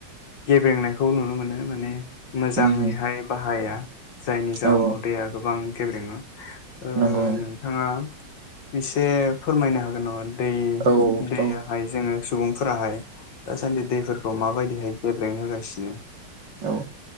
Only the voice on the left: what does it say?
गेब्रेंनायखौ नुनो मोनो माने
मोजाङैहाय बाहाया जायनि जाउनाव
दैया गोबां गेब्रेङो ओ
नोंथाङा एसे फोरमायनो हागोन नामा दै
दैयाहाय
जोङो सुबुंफोराहाय दासान्दि दै फोरखौ माबायदिहाय गेब्रें होगासिनो